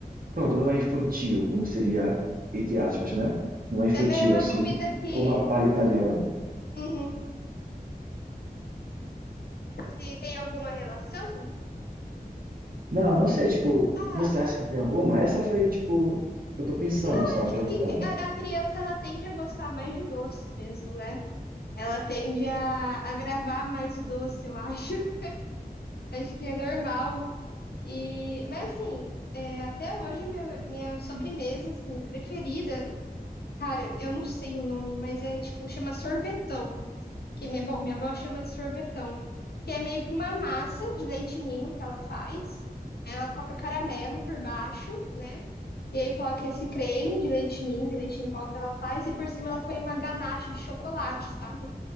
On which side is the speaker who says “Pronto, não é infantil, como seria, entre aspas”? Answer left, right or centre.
Right